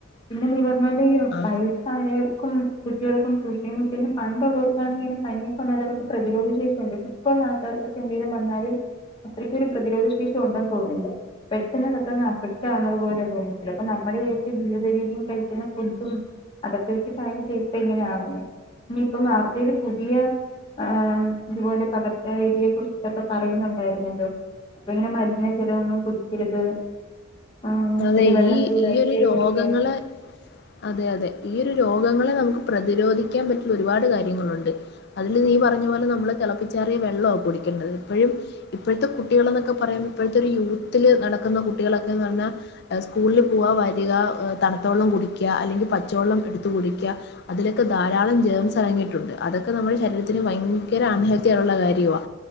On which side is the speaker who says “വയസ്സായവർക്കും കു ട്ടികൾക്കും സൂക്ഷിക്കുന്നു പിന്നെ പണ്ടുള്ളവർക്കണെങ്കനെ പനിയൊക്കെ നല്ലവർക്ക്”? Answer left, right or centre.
Left